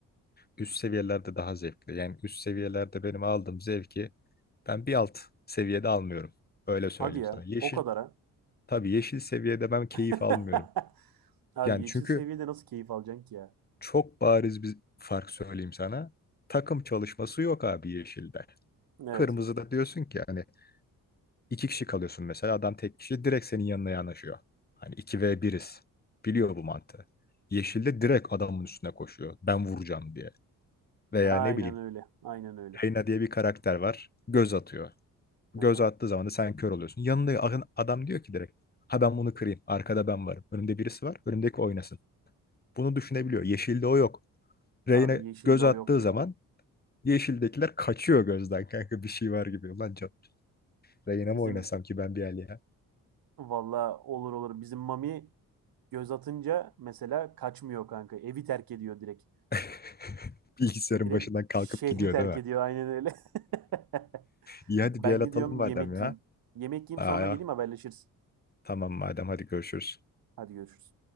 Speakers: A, on the left; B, on the right.
A: Üst seviyelerde daha zevkli. Yani üst seviyelerde benim aldığım zevki ben bir alt seviyede almıyorum. Öyle söyleyeyim
B: Hadi ya
A: sana. Yeşil.
B: o kadar ha.
A: Tabii yeşil seviyede ben keyif
B: <laughs>
A: almıyorum.
B: Abi
A: Yani
B: yeşil
A: çünkü
B: seviyede nasıl keyif alacaksın ki ya?
A: çok bariz bir fark söyleyeyim sana. Takım çalışması yok abi yeşilde.
B: Evet.
A: Kırmızıda diyorsun ki hani İki kişi kalıyorsun mesela. Adam tek kişi direkt senin yanına yanaşıyor. Hani iki v biriz Biliyor bu mantığı. Yeşilde direkt adamın üstüne koşuyor. Ben vuracağım diye. Veya
B: Aynen
A: ne bileyim.
B: öyle. Aynen öyle.
A: Reyna diye bir karakter var. Göz atıyor. Göz
B: Hı hı.
A: attığı zaman da sen kör oluyorsun. Yanında a- adam diyor ki direkt. Ha ben bunu kırayım. Arkada ben varım. Önümde birisi var. Önümdeki oynasın. Bunu düşünebiliyor. Yeşilde o yok. Reyna
B: Abi yeşilde
A: göz
B: o
A: attığı
B: yok ya.
A: zaman yeşildekiler kaçıyor gözden <laughs> kanka bir şey var gibi. Ulan can- Reyna
B: Bizim
A: mı oynasam ki ben bir el ya?
B: valla olur olur. Bizim Mami göz atınca mesela kaçmıyor kanka. Evi terk ediyor direkt.
A: <laughs> Bilgisayarın
B: Direkt
A: başından kalkıp
B: şehri
A: gidiyor
B: terk
A: değil mi?
B: ediyor aynen öyle. <laughs>
A: İyi hadi
B: Ben
A: bir el
B: gidiyorum
A: atalım madem
B: bir yemek
A: ya.
B: yiyeyim. Yemek yiyeyim
A: Aa,
B: sonra geleyim haberleşiriz.
A: tamam madem hadi görüşürüz.
B: Hadi görüşürüz.